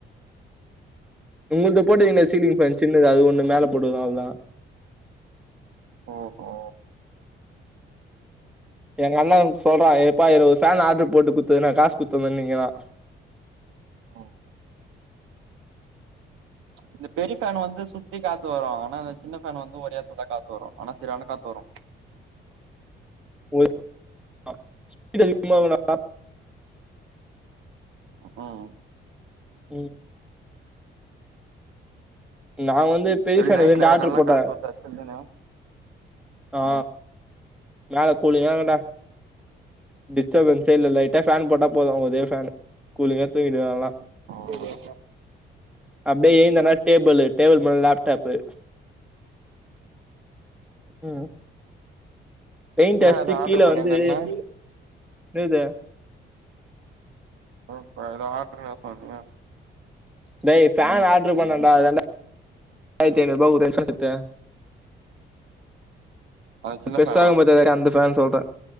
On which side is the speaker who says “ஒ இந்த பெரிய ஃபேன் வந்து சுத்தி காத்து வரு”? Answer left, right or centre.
Right